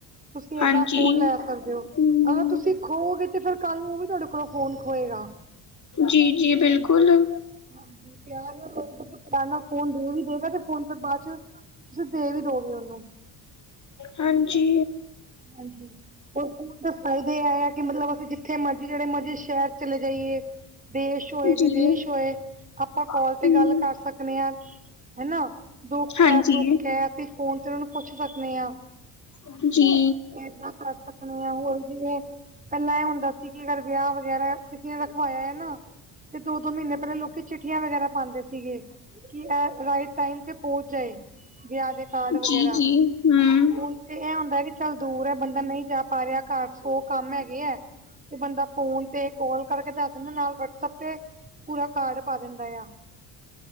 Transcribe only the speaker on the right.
ਤੁਸੀ ਏਦਾਂ
ਫੋਨ
ਲੈ ਸਕਦੇ ਓ, ਅਗਰ ਤੁਸੀਂ ਖੋੋਗੇ ਤੇ ਫੇਰ ਕਾੱਲ ਨੂੰ ਓ ਵੀ ਤੁਹਾਡੇ ਕੋਲੋਂ ਫੋਨ ਖੋਏਗਾ।
ਹਾਂਜੀ, ਪੇਆਰ ਨਾਲ ਲੋਗੇ, ਤੇ ਪੇਆਰ ਨਾਲ ਫੋਨ ਦੇ ਵੀ ਦੇਗਾ ਤੇ ਫੋਨ ਫੇਰ ਬਾਦ ਚ ਤੁਸੀ ਦੇਵੀ ਦੋਗੇ ਓਹਨੁ।
ਹਾਂਜੀ। ਔਰ ਫੋਨ ਦੇ ਫਾਇਦੇ ਏ ਆ ਕਿ ਮਤਲਬ ਅਸੀ ਜਿੱਥੇ ਮਰਜੀ ਜੜੇ ਮਰਜੀ ਸ਼ੈਰ ਚ ਚਲੇ ਜਾਈਏ। ਦੇਸ਼ ਹੋਏ-ਵਿਦੇਸ਼
ਹੋਏ। ਆਪਾਂ ਕੋਲ
ਤੇ ਗਲ ਕਰ ਸਕਨੇ ਆਂ ਹੈਨਾ। ਦੁੱਖ
ਹੈ- ਸੁੱਖ ਹੈ, ਅਸੀ ਫੋਨ ਤੇ ਓਹਨਾਨੂ ਪੁੱਛ ਸਕਨੇ ਆਂ।
ਏਦਾਂ ਕਰ ਸਕਨੇ ਆਂ ਹੋਰ ਜਿਵੇਂ ਪਹਿਲਾਂ ਇਹ ਹੂੰਦਾ ਸੀ ਕਿ ਅਗਰ ਵਿਆਹ ਵਗੈਰਾ ਕਿਸੇ ਨੇ ਰਖਵਾਇਆ ਏਨਾ ਤੇ ਦੋ-ਦੋ ਮਹੀਨੇ ਪਹਿਲੇ ਲੋਕੀ ਚਿੱਠੀਆਂ ਵਗੈਰਾ ਪਾਂਦੇ ਸੀਗੇ। ਕਿ ਇਹ ਰਾਈਟ ਟਾਈਮ ਤੇ ਪਹੁੰਚ ਜਾਏ, ਵਿਆਹ ਦੇ ਕਾਰਡ ਵਗੈਰਾ
ਹੁਣ ਤੇ ਇਹ ਹੁੰਦਾ ਕਿ ਚੱਲ ਦੂਰ ਐ, ਬੰਦਾ ਨਹੀਂ ਜਾ ਪਾ ਰਿਹਾ। ਘਰ ਸੋ ਕੰਮ ਹੈਗੇ ਐ। ਤੇ ਬੰਦਾ ਫੋਨ ਤੇ ਕਾਲ ਕਰਕੇ ਦੱਸ ਦਿੰਦਾ, ਨਾਲ ਵਟਸਪ ਤੇ ਪੂਰਾ ਕਾਰਡ ਪਾ ਦਿੰਦਾ ਆ।